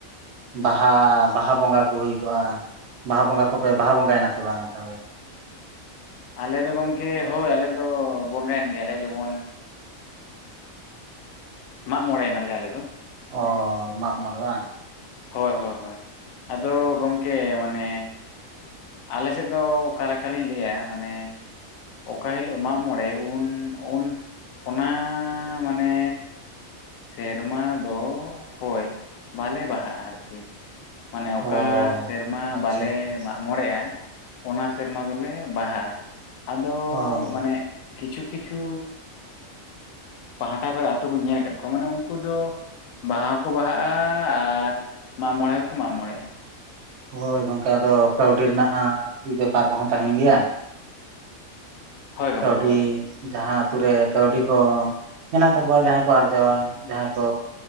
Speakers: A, on the right; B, on the left.
A: ᱵᱟᱦᱟ ᱵᱟᱦᱟ ᱵᱚᱸᱜᱟ ᱠᱚ ᱦᱩᱭ ᱠᱚᱜᱼᱟ, ᱵᱟᱦᱟ ᱵᱚᱸᱜᱟ ᱠᱚᱯᱮ ᱵᱟᱦᱟ ᱵᱚᱸᱜᱟᱭ ᱮᱱᱟ ᱥᱮ ᱵᱟᱝᱟ ᱛᱚᱵᱮ?
B: ᱟᱞᱮ ᱫᱚ ᱜᱚᱢᱠᱮ ᱦᱳᱭ ᱟᱞᱮ ᱫᱚ ᱵᱚᱸᱜᱟᱭᱮᱱ ᱜᱮᱭᱟ ᱞᱮ ᱡᱮᱢᱚᱱ ᱢᱟᱸᱜ ᱢᱚᱬᱮᱭ ᱱᱟᱞᱮ ᱟᱞᱮ ᱫᱚ ᱾
A: ᱚ ᱢᱟᱜ ᱢᱚᱬᱮ ᱵᱟᱝ?
B: ᱦᱳᱭ ᱦᱳᱭ ᱦᱳᱭ ᱟᱫᱚ ᱜᱚᱢᱠᱮ ᱢᱟᱱᱮ ᱟᱞᱮ ᱥᱮᱫ ᱫᱚ ᱚᱠᱟ ᱞᱮᱠᱟ ᱞᱤᱧ ᱞᱟᱹᱭᱟ ᱢᱟᱱᱮ ᱚᱠᱟ ᱦᱤᱞᱚᱜ ᱢᱟᱸᱜ ᱢᱚᱬᱮ ᱩᱱ ᱩᱱ ᱚᱱᱟᱻ ᱢᱟᱱᱮ ᱥᱮᱨᱢᱟ ᱫᱚ, ᱦᱳᱭ ᱵᱟᱞᱮ ᱵᱟᱦᱟᱜᱼᱟ ᱟᱨᱠᱤ ᱾ ᱢᱟᱱᱮ
A: ᱚ
B: ᱚᱠᱟ ᱥᱮᱨᱢᱟ
A: ᱟᱪᱪᱷᱟ
B: ᱵᱟᱞᱮ
A: ᱟᱪᱪᱷᱟ,
B: ᱢᱟᱜ ᱢᱚᱬᱮᱜᱼᱟ ᱾ ᱚᱱᱟ ᱥᱮᱨᱢᱟ ᱫᱚᱞᱮ ᱵᱟᱦᱟᱜᱼᱟ ᱟᱫᱚᱻ
A: ᱚ
B: ᱢᱟᱱᱮ ᱠᱤᱪᱷᱩ ᱠᱤᱪᱷᱩ ᱯᱟᱦᱴᱟ ᱠᱚᱨᱮ ᱟᱛᱩ ᱠᱩᱧ ᱧᱮᱞ ᱟᱠᱟᱫ ᱢᱟᱱᱮ ᱩᱱᱠᱩ ᱫᱚ ᱵᱟᱦᱟ ᱦᱚᱸᱠᱚ ᱵᱟᱦᱟᱜᱼᱟ ᱟᱨ ᱢᱟᱜ ᱢᱚᱬᱮ ᱦᱚᱸᱠᱚ ᱢᱟᱜ ᱢᱚᱬᱮᱜᱼᱟ ᱾
A: ᱦᱳᱭ ᱜᱚᱝᱠᱮ ᱟᱫᱚ ᱠᱟᱹᱣᱰᱤ ᱨᱮᱱᱟᱜ ᱵᱮᱯᱟᱨ ᱠᱚᱦᱚᱸ ᱛᱟᱦᱮᱱ ᱜᱮᱭᱟ ᱾
B: ᱦᱳᱭ ᱜᱚᱢᱠᱮ
A: ᱠᱟᱹᱣᱰᱤ
B: ᱦᱳᱭ
A: ᱡᱟᱦᱟᱸ ᱟᱛᱩ ᱨᱮ ᱠᱟᱹᱣᱰᱤ ᱠᱚ ᱢᱮᱱᱟᱜ ᱛᱟᱠᱚᱣᱟ ᱡᱟᱦᱟᱸᱭ ᱠᱚ ᱟᱨᱡᱟᱣᱼᱟ, ᱡᱟᱦᱟᱸᱭ ᱠᱚ